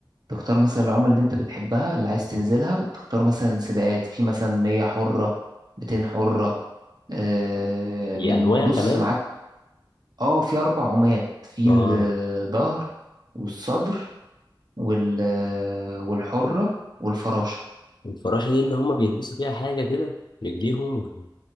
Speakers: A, on the right (about 55°); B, on the left (about 65°).
A: تختار مثلا العمل اللي انت بتحبها اللي عايز تنزلها وبتختار مثلا سباقات في مثلا 100 حرة 200 حرة آه،
B: هي
A: من
B: انواع
A: بص
B: كمان
A: معاك اه في اربع عمات في
B: اه
A: الظهر والصدر وال والحرة والفراشة
B: الفراشه دي اللي هم بيلبسوا فيها حاجه كده رجليهم ولا-